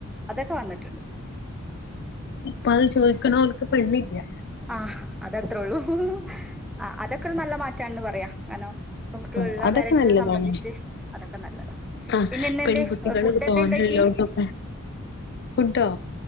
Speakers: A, in the centre; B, on the left.
A: അതൊക്കെ വന്നിട്ടുണ്ട്.
B: ഇപ്പൊ അത് ചോദിക്കണവർക്ക് പെണ്ണില്ല.
A: ആഹ് അതത്രേയള്ളൂ ആ അതൊക്കെരു നല്ല മാറ്റാണെന്ന് പറയാം കാരണം പെൺകുട്ടികളുള്ള
B: ആ അതൊക്കെ
A: പേരൻസിനെ
B: നല്ലതാണ്
A: സംബന്ധിച്ച് അതൊക്കെ നല്ലതാ
B: ആ
A: പിന്നെ ഇന്ന്
B: പെൺകുട്ടികൾ
A: എന്തേ ഫുഡ്
B: തോന്നലുള്ളണ്ട്,
A: എന്തേ ഉണ്ടാക്കി
B: ഫുഡോ